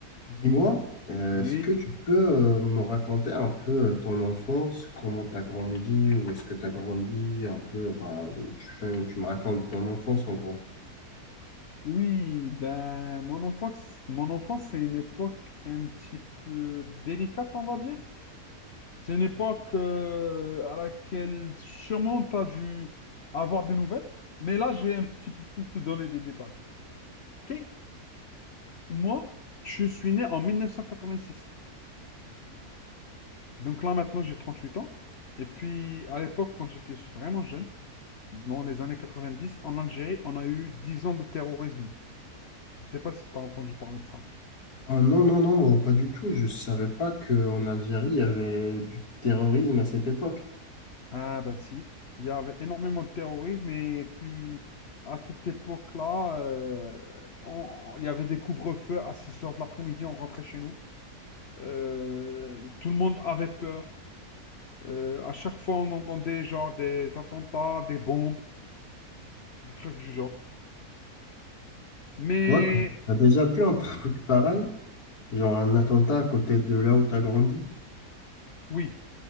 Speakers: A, on the left (about 70°); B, on the left (about 55°).
A: Dis-moi, euh,
B: Oui,
A: est-ce que tu peux euh, me raconter un peu euh, ton enfance, comment tu as grandi, ou est-ce que tu as grandi un peu, bah, tu fais, tu me racontes ton enfance en gros.
B: oui, ben mon enfance, mon enfance, c'est une époque un petit peu délicate, on va dire. C'est une époque euh, à laquelle sûrement tu as dû avoir des nouvelles, mais là, je vais un petit peu plus te donner des détails. OK? Moi, je suis né en 1986. Donc là, maintenant, j'ai 38 ans. Et puis, à l'époque, quand j'étais vraiment jeune, dans les années 90, en Algérie, on a eu 10 ans de terrorisme. Je ne sais pas si tu as entendu parler de ça.
A: Ah, non, non, non, pas du tout. Je savais pas qu'en Algérie, il y avait du terrorisme à cette époque.
B: Ah bah si, il y avait énormément de terrorisme et puis à cette époque-là, euh, on- il y avait des couvre-feux à 6 heures de l'après-midi, on rentrait chez nous. Euh, tout le monde avait peur. Euh, à chaque fois, on entendait genre des attentats, des bombes, des trucs du genre. Mais
A: Toi, tu as déjà vu un truc pareil, genre un attentat à côté de là où tu as grandi?
B: oui,